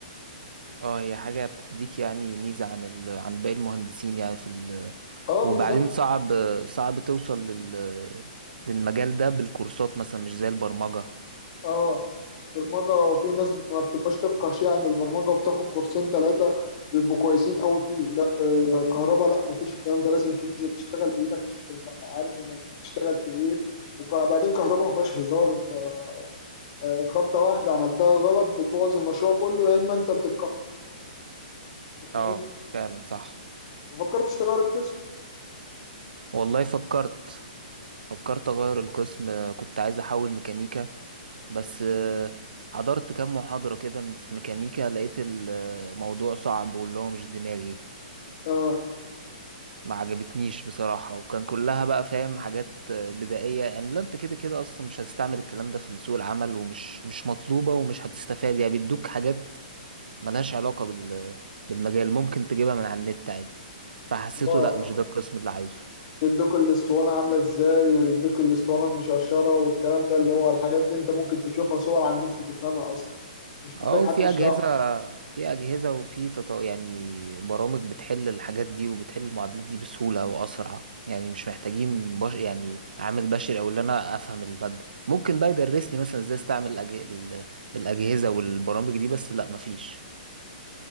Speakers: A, on the right (about 80°); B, on the left (about 40°).
A: اه هي حاجة بتديك يعني ميزة عن ال... عن باقي المهندسين يعني في ال...
B: اه
A: وبعدين
B: بالظبط
A: صعب صعب توصل لل... للمجال ده بالكورسات مثلا مش زي البرمجة
B: اه برمجة في ناس ما بتبقاش تفقه شيء عن البرمجة وبتاخد كورسين ثلاثة بيبقوا كويسين قوي فيه لا آه كهرباء لا مفيش الكلام ده لازم تنزل تشتغل بإيدك عشان تبقى عارف إنك تشتغل في إيه وبعدين كهرباء ما فيهاش هزار أنت آه خبطة واحدة عملتها غلط بتبوظ المشروع كله يا إما أنت بتتكهرب فاهم
A: اه فعلا صح
B: ما فكرتش تغير القسم
A: والله فكرت فكرت اغير القسم كنت عايز احول ميكانيكا بس آه، حضرت كام محاضرة كده في ميكانيكا لقيت الموضوع صعب واللي هو مش دماغي
B: آه
A: ما عجبتنيش بصراحة وكان كلها بقى فاهم حاجات آه، بدائية يعني لو انت كده كده اصلا مش هتستعمل الكلام ده في سوق العمل ومش مش مطلوبة ومش هتستفاد يعني بيدوك حاجات ملهاش علاقة بال بالمجال ممكن تجيبها من على النت عادي فحسيته
B: والله
A: لا مش ده القسم اللي عايزه
B: يدوك الاسطوانة عاملة ازاي ويدوك الاسطوانة المشرشرة والكلام ده اللي هو الحاجات دي انت ممكن تشوفها صور على النت تفهمها اصلا مش
A: اه
B: محتاج
A: وفي
B: حد يشرح
A: اجهزه في اجهزه وفي تطو... يعني برامج بتحل الحاجات دي وبتحل المعادلات دي بسهوله واسرع يعني مش محتاجين بش... يعني عامل بشري او اللي انا افهم الماده ممكن بقى يدرس لي مثلا ازاي استعمل الأج... ال- الاجهزه والبرامج دي بس لا مفيش